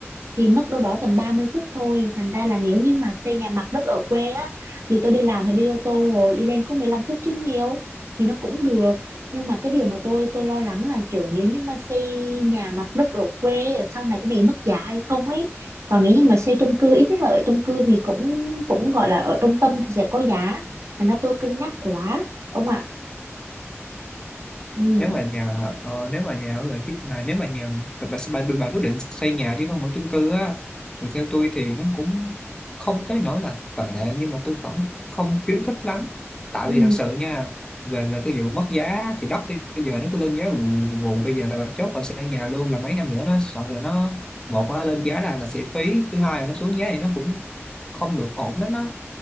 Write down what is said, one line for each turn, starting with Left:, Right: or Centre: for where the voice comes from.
Right: thì mất đâu đó tầm 30 phút thôi thành ra là nếu như mà xây nhà mặt đất ở quê á thì tôi đi làm thì đi ô tô rồi đi lên có 15 phút chứ nhiều thì nó cũng được nhưng mà cái điều mà tôi tôi lo lắng là kiểu nếu như mà xây nhà mặt đất ở quê sau này có bị mất giá hay không ấy còn nếu như mà xây chung cư ít nhất là ở chung cư thì cũng cũng gọi là ở trung tâm thì sẽ có giá thành ra tôi cân nhắc quá ông ạ ừ
Left: nếu mà nhà ờ, nếu mà nhà ở lại chứ mà nếu mà nhà bà bà, bà, bà quyết định xây nhà chứ không ở chung cư á thì theo tôi thì nó cũng không tới nỗi là tệ nhưng mà tôi vẫn không khuyến khích lắm tại
Right: ừ
Left: vì thật sự nha về về cái vụ mất giá thì đất bây giờ nó cứ lên giá vù vù vù. bây giờ là bà chốt bà xây nhà luôn là mấy năm nữa nó sợ là nó một là lên giá là là sẽ phí thứ hai là nó xuống giá thì nó cũng không được ổn lắm á